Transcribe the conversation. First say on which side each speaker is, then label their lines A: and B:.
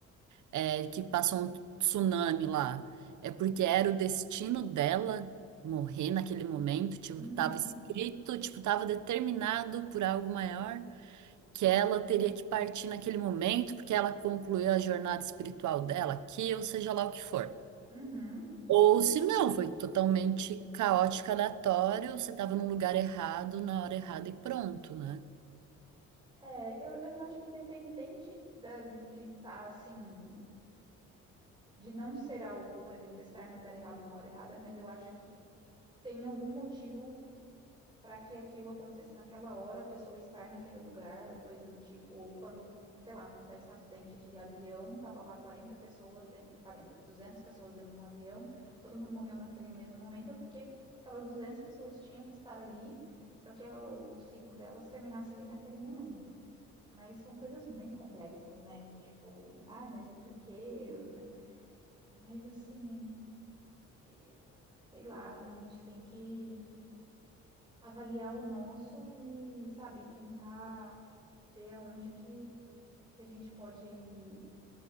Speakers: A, on the right; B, on the right.
A: é, que passou um tsunami lá. É porque era o destino dela morrer naquele momento, tipo,
B: Uhum,
A: tava escrito, tipo, tava determinado por algo maior que ela teria que partir naquele momento, porque ela concluiu a jornada espiritual dela aqui, ou seja lá o que for.
B: uhum.
A: Ou
B: <laughs>
A: se não, foi totalmente caótico, aleatório, você tava num lugar errado, na hora errada e pronto, né?
B: É, eu, eu já acho que independente da- de estar assim, de não ser algo, por exemplo, estar no lugar errado na hora errada, mas eu acho que tem algum motivo para que aquilo aconteça naquela hora, a pessoa estar naquele lugar, ou coisa do tipo, ou quando, sei lá, acontece um acidente de avião, tava lá 40 pessoas, dentro, 40, 200 pessoas dentro de um avião, todo mundo morreu naquele mesmo momento, é porque aquelas 200 pessoas tinham que estar ali para que a- o ciclo delas terminasse ali naquele momento. Mas são coisas muito complexas, né? Do tipo, ai, mas o porquê, né? Mas assim, é- é- sei lá, a gente tem que avaliar o nosso e, sabe, tentar ver aonde que, que a gente pode ir